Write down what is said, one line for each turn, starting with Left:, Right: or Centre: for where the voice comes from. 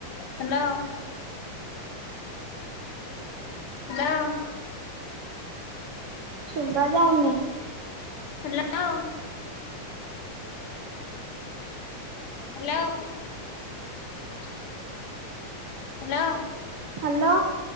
Left: ହ୍ୟାଲୋ। ହ୍ୟାଲୋ।
Right: ଶୁବା ଯାଉନି।
Left: ହ୍ୟାଲୋ। ହ୍ୟାଲୋ।
Right: ହ
Left: ହ୍ୟାଲୋ।
Right: ହ୍ୟାଲୋ।